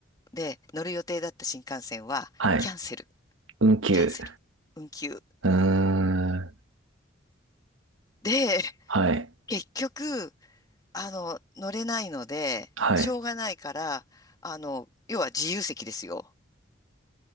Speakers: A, on the left (about 20°); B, on the right (about 85°).
A: で、乗る予定だった新幹線は、
B: はい。
A: キャンセル、
B: 運休。
A: キャンセル、運休。
B: うーん。
A: で、<laughs>
B: はい。
A: 結局、あの、乗れないので、
B: はい。
A: しょうがないから、あの、要は自由席ですよ。